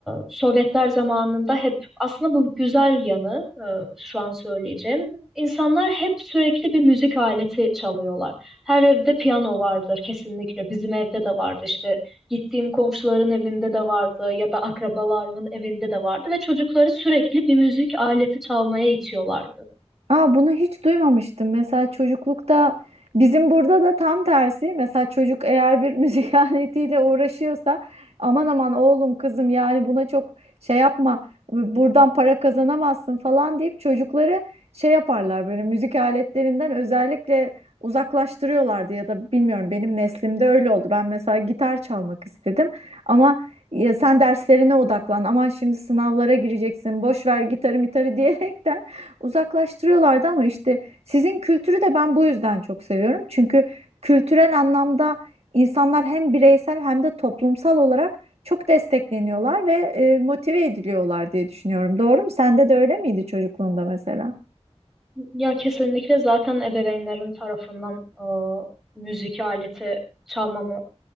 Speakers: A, in the centre; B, on the right.
A: Sovyetler zamanında hep aslında bu güzel yanı e, şu an söyleyeceğim. İnsanlar hep sürekli bir müzik aleti çalıyorlar. Her evde piyano vardır kesinlikle. Bizim evde de vardı işte gittiğim komşuların evinde de vardı ya da akrabalarının evinde de vardı ve çocukları sürekli bir müzik aleti çalmaya itiyorlardı.
B: Aa, bunu hiç duymamıştım. Mesela çocuklukta bizim burada da tam tersi. Mesela çocuk eğer bir <laughs> müzik aletiyle uğraşıyorsa aman aman oğlum kızım yani buna çok şey yapma buradan para kazanamazsın falan deyip çocukları şey yaparlar böyle müzik aletlerinden özellikle uzaklaştırıyorlardı ya da bilmiyorum benim neslimde öyle oldu. Ben mesela gitar çalmak istedim ama ya sen derslerine odaklan aman şimdi sınavlara gireceksin boş ver gitarı mitarı <laughs> diyerekten uzaklaştırıyorlardı ama işte sizin kültürü de ben bu yüzden çok seviyorum. Çünkü kültürel anlamda insanlar hem bireysel hem de toplumsal olarak çok destekleniyorlar ve e, motive ediliyorlar diye düşünüyorum. Doğru mu? Sende de öyle miydi çocukluğunda mesela?
A: Ya kesinlikle zaten ebeveynlerin tarafından e, müzik aleti çalmamı